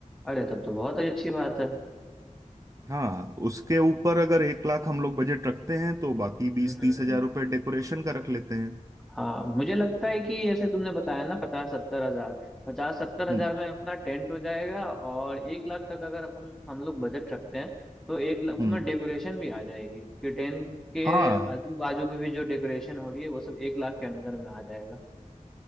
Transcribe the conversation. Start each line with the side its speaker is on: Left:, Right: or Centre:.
Centre: अरे तब तो बहुत ही अच्छी बात है
Right: हाँ उसके ऊपर अगर एक लाख हम लोग बजट रखते हैं तो बाकी
Centre: हम्म
Right: बीस तीस
Centre: हम्म,
Right: हजार रुपये डेकोरेशन का रख लेते हैं
Centre: हाँ मुझे लगता है कि जैसे तुमने बताया ना पचास सत्तर हजार पचास सत्तर हजार
Right: हम्म
Centre: में अपना टेंट हो जाएगा और एक लाख तक अगर अपन हम लोग बजट रखते हैं तो एक लाख उसमें
Right: हम्म
Centre: डेकोरेशन भी आ जाएगी कि टेंट के
Right: हाँ
Centre: आजू बाजू में भी जो डेकोरेशन हो रही है वो सब एक लाख के अंदर में आ जाएगा